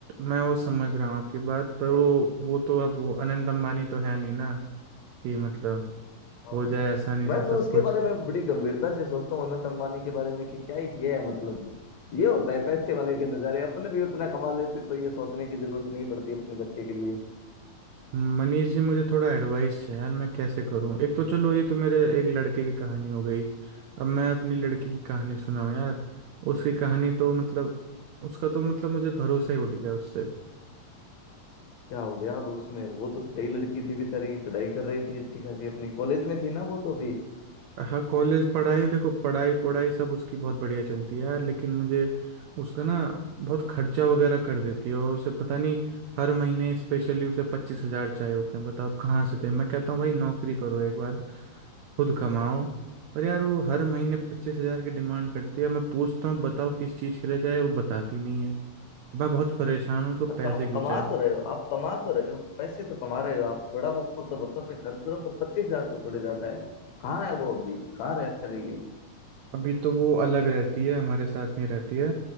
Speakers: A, on the right (about 80°); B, on the left (about 65°).
A: मैं वो समझ रहा हूँ आपकी बात पर वो वो तो अब वो अनंत अंबानी तो है नहीं ना कि मतलब
B: हाँ
A: हो जाए आसानी
B: मैं
A: से सब
B: तो उसके
A: कुछ
B: बारे में बड़ी गंभीरता से सोचता हूँ अनंत अंबानी के बारे में कि क्या ही किया है मतलब ये होता है पैसे वाले के नजारे अपने भी उतना कमा लेते तो ये सोचने की जरूरत नहीं पड़ती अपने बच्चे के लिए
A: मनीष जी मुझे थोड़ा एडवाइस चाहिए यार मैं कैसे करूँ एक तो चलो ये तो मेरे एक लड़के की कहानी हो गई अब मैं अपनी लड़की की कहानी सुनाऊँ यार उसकी कहानी तो मतलब उसका तो मतलब मुझे भरोसा ही उठ गया उससे
B: क्या हो गया अब उसमें वो तो सही लड़की थी बेचारी पढ़ाई कर रही थी अच्छी खासी अपनी कॉलेज में थी ना वो तो भी
A: हाँ कॉलेज पढ़ाई देखो पढ़ाई पढ़ाई सब उसकी बहुत बढ़िया चलती है यार लेकिन मुझे उसका ना बहुत खर्चा वगैरह कर देती है और उसे पता नहीं हर महीने स्पेशली उसे पच्चीस हजार चाहिए होते हैं बताओ आप कहाँ से दे मैं कहता हूँ भाई नौकरी करो एक बार खुद कमाओ पर यार वो हर महीने पच्चीस हजार की डिमांड करती है मैं पूछता हूँ बताओ किस चीज़ के लिए चाहिए वो बताती नहीं है मैं बहुत परेशान हूँ उसको
B: और
A: पैसे
B: तो आप
A: क्यों
B: कमा
A: चाहिए
B: तो रहे हो आप कमा तो रहे हो पैसे तो कमा रहे हो आप थोड़ा बहुत तो बच्चों पे खर्च करो पर पच्चीस हजार तो थोड़े ज्यादा है कहाँ है वो अभी कहाँ रह रही है
A: अभी तो वो अलग रहती है हमारे साथ नहीं रहती है